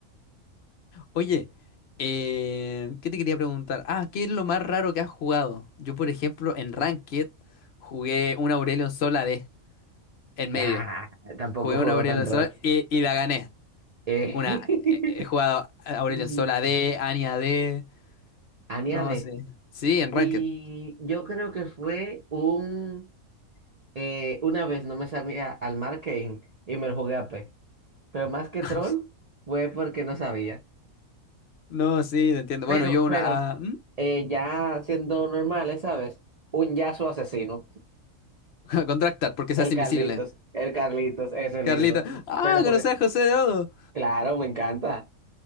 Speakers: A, on the left; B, on the right.
A: Oye, eh, ¿qué te quería preguntar? Ah, ¿qué es lo más raro que has jugado? Yo, por ejemplo, en Ranked jugué una Aurelion Sol a D en medio.
B: Ah, tampoco
A: Jugué
B: juego
A: una Aurelion
B: tan troll.
A: Sol y, y la gané.
B: Eh,
A: Una, eh, he jugado Aurelion
B: <laughs> mm,
A: Sol a AD, Annie A D,
B: añade.
A: no sé. Sí, en
B: Y
A: Ranked.
B: yo creo que fue un... eh, una vez no me sabía al Marketing y me lo jugué a P. Pero más que
A: <laughs>
B: troll fue porque no sabía.
A: No, sí, te entiendo.
B: Pero,
A: Bueno, yo una...
B: pero,
A: ah, ¿hmm?
B: eh, ya siendo normales, ¿sabes? Un Yasuo asesino.
A: <laughs> Contractar, porque se
B: El
A: hace
B: Carlitos,
A: invisible.
B: el Carlitos, ese
A: Carlitos.
B: mismo.
A: Ah,
B: Me lo jugué.
A: conocer a José de Odo.
B: Claro, me encanta.